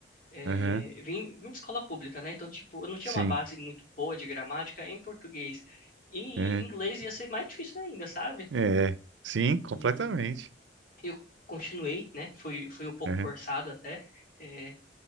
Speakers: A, on the left (about 50°); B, on the right (about 85°).
A: É,
B: uhum.
A: vim, vim de escola pública, né? Então, tipo, eu não tinha
B: Sim.
A: uma base muito boa de gramática em português. E em
B: Uhum.
A: inglês ia ser mais difícil ainda, sabe?
B: É. Sim, completamente.
A: E eu continuei, né? Fui, fui um pouco
B: Uhum,
A: forçado até. é,